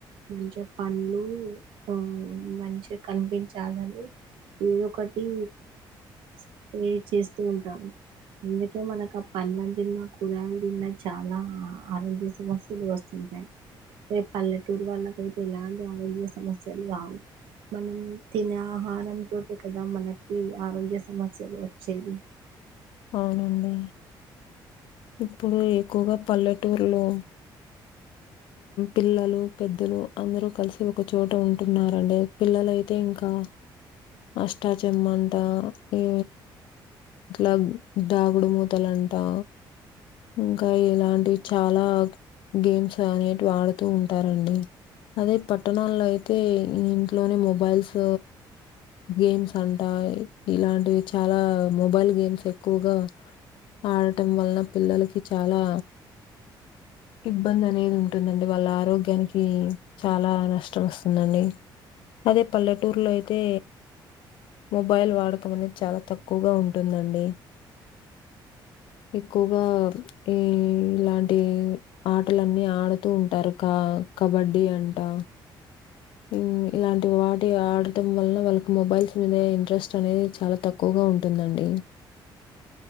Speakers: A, on the right; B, on the left.
A: మంచిగ పండ్లు ఆ మంచిగ కనిపించాలని ఏదోకటి స్ప్రే చేస్తూ ఉంటారు అందుకే మనక పండ్లను తిన్నా, కూరగాయలు తిన్నా చాలా ఆరోగ్య సమస్యలు వస్తుంది అదే పల్లెటూరు వాళ్ళకయితే ఎలాంటి ఆరోగ్య సమస్యలు రావు మనం తినే ఆహారంతోటె కదా మనకి ఆరోగ్య సమస్యలు వచ్చేది.
B: అవునండి ఇప్పుడు ఎక్కువగా పల్లెటూరులో పిల్లలు పెద్దలు అందరూ కలిసి ఒక చోట ఉంటున్నరండి పిల్లలఅయితే ఇంకా అష్టాచెమ్మంటా ఈ ట్ల దాగుడు మూతలమ్టా ఇంకా ఇలాంటివి చాలా గేమ్స్ అనేటివి ఆడుతూ ఉంటారండి అదే పట్టణాల్లో అయితే ఇంట్లోనే మొబైల్స్ గేమ్స్ అంటా, ఇలాంటివి చాలా మొబైల్ గేమ్స్ ఎక్ క్కువగా ఆడటం వలన పిల్లలకి చాలా ఇబ్బందనేది ఉంటుందండి, వాళ్ళ ఆరోగ్యానికి చాలా నష్టం వస్తుందండి. అదే పల్లెటూరులో అయితే మొబైల్ వాడకం అనేది చాలా తక్కువగా ఉంటుందండి. ఎక్కువగా ఈ ఇలాంటి ఆటలన్నీ ఆడుతూ ఉంటారు కా కబడ్డీ అంటా. <unintelligible> ఇలాంటి వాటి ఆడటం వలన వాళ్ళకు మొబైల్స్ మీద ఇంట్రెస్ట్ అనేది చాలా తక్కువుగా ఉంటుందండి. <inaudible>